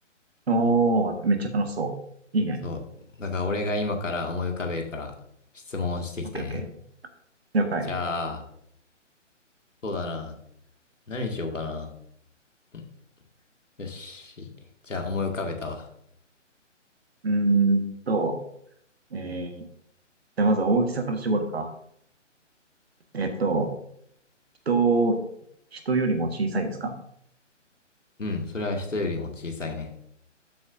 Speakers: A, on the right; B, on the left.
A: おー、めっちゃ楽しそう。いいね。
B: そう。だから俺が今から思い浮かべるから質問してきてね。
A: オッケーオッケー。了解。
B: じゃあ、そうだな。何にしようかな。うんよし。じゃあ思い浮かべたわ。
A: うーんと、えー、じゃあまずは大きさから絞るか。えっと、人、人よりも小さいですか
B: うん、それは人よりも小さいね。